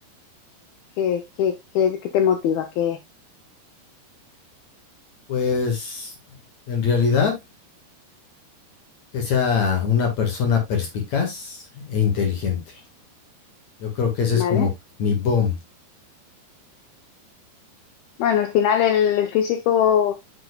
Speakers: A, on the left; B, on the left.
A: ¿qué, qué- qué- qué te motiva? ¿Qué,
B: Pues en realidad que sea una persona perspicaz e inteligente. Yo creo que ese
A: ¿vale?
B: es como mi boom.
A: Bueno, al final el, el físico